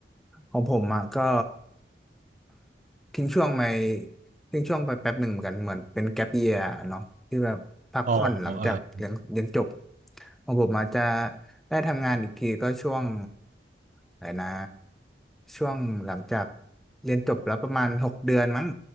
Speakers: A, in the centre; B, on the right (about 45°).
A: ของผมอะก็ ทิ้งช่วงไปทิ้งช่วงไปแป๊บหนึ่งเหมือนกันเหมือนเป็นแก๊ปเยียเนาะที่แบบพักผ่อนหลังจากเรียนเรียนจบ
B: อ๋อเออ
A: ของผมอาจจะได้ทำงานอีกทีก็ช่วงอะไรนะช่วงหลังจากเรียนจบแล้วประมาณหกเดือนมั้ง